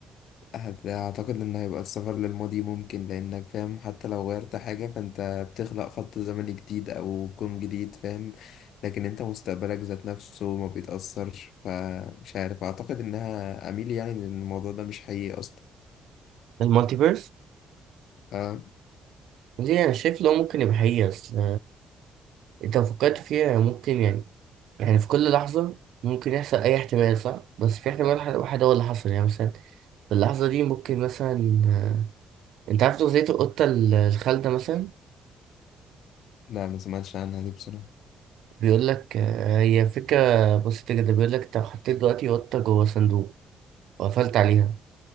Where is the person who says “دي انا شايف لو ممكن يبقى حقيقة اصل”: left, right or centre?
Right